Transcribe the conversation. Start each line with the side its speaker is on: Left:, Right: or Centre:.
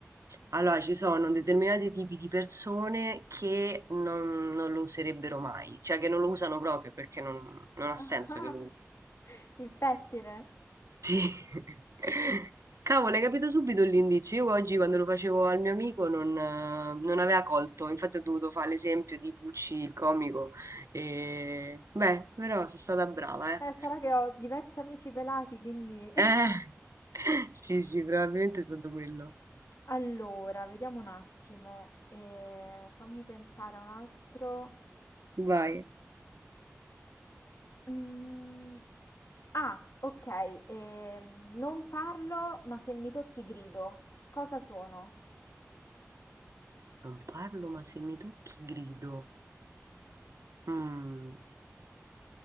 Right: Allora, ci sono determinati tipi di persone che non, non lo userebbero mai, cioè che non lo usano proprio perché non, non ha
Left: <laughs>
Right: senso
Left: Ah,
Right: che lo usi.
Left: il pettine.
Right: Sì. <laughs> Cavolo, hai capito subito l'indizio. Io oggi quando lo facevo al mio amico non, eh, non aveva colto, infatti ho dovuto fare l'esempio di Pucci il comico. E... Beh, però sono stata brava, eh.
Left: Eh, sarà che ho diversi amici pelati, quindi... <laughs>
Right: Eh, <laughs> sì, sì, probabilmente è stato quello.
Left: Allora, vediamo un attimo. Eh, fammi pensare a un altro.
Right: Vai.
Left: Mm, Ah, ok. ehm, non parlo, ma se mi tocchi grido. Cosa sono?
Right: Non parlo, ma se mi tocchi grido. Mhmm,